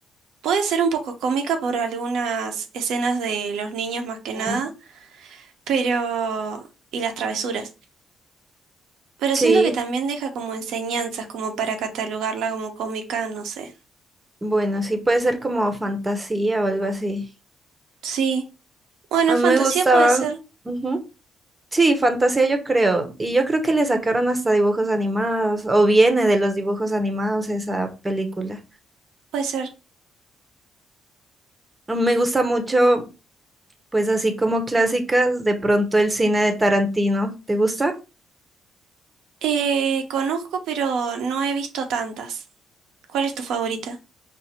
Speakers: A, on the right; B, on the right.
A: puede ser un poco cómica por algunas escenas de los niños más que nada,
B: Ah.
A: pero... y las travesuras. Pero
B: Sí,
A: siento que también deja como enseñanzas, como para catalogarla como cómica, no sé.
B: bueno, sí puede ser como fantasía o algo así.
A: Sí, bueno,
B: A
A: fantasía
B: mí me gustaban.
A: puede ser,
B: ujú, Sí, fantasía yo creo. Y yo creo que le sacaron hasta dibujos animados, o viene de los dibujos animados esa película.
A: puede ser.
B: Me gusta mucho. Pues así como clásicas, de pronto el cine de Tarantino. ¿Te gusta?
A: Eh, conozco, pero no he visto tantas. ¿Cuál es tu favorita?